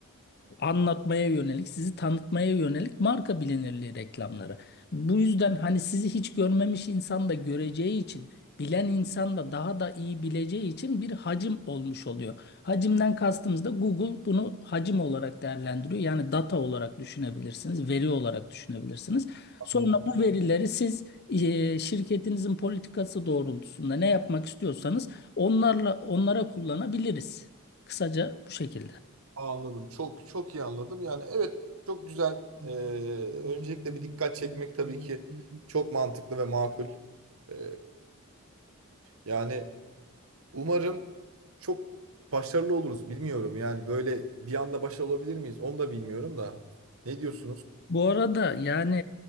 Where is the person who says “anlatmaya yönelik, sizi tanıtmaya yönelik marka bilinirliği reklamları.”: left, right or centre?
Left